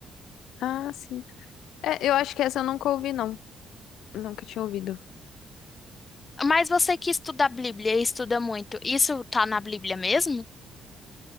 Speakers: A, on the left (about 80°); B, on the left (about 30°).
A: Ah, sim. É, eu acho que essa eu nunca ouvi, não. Nunca tinha ouvido.
B: Mas você que estuda a Bíblia e estuda muito, isso tá na Bíblia mesmo?